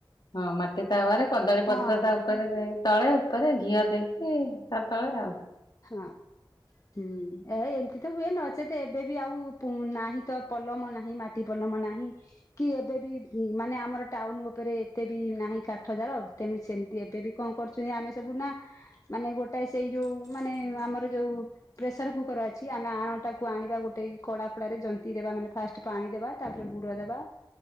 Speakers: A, on the left; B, on the left.
A: ହଁ ମାଟି ତାୱରେ କଦଳୀ ପତ୍ର
B: ହଁ
A: ତା ଉପରେ ଉପରେ ଦେଇ ତଳେ ଉପରେ ଘିଅ ଦେଇକି ତା ତଳେ ଆଉ।
B: ହଁ। ହୁଁ ଏ ଏମିତି ତ ହୁଏ ନଚେତ ଏବେ ବି ଆଉ ନାହିଁ ତ ପଲମ ନାହିଁ ମା ମାଟି ପଲମ ନାହିଁ କି ଏବେ ବି ମାନେ ଆମର ଟାଉନ ଉପରେ ଏତେ ବି ନାହିଁ କାଠ ଜାଳ ତେଣୁ ସେମିତି ଏବେ ବି କଣ କରୁଛନ୍ତି ଆମେ ସବୁ ନା ମାନେ ଗୋଟେ ସେଇ ଯୋଉ ମାନେ ଆମର ଯୋଉ ପ୍ରେସର କୁକର ଅଛି ଆମେ ଆଣଟାକୁ ଆଣିବା ଗୋଟେ କଡା ଫଡାରେ ଜନ୍ତି ଦେବା ମାନେ ଫାଷ୍ଟ ପାଣି ଦେବା ତାପରେ ଗୁଡ ଦବା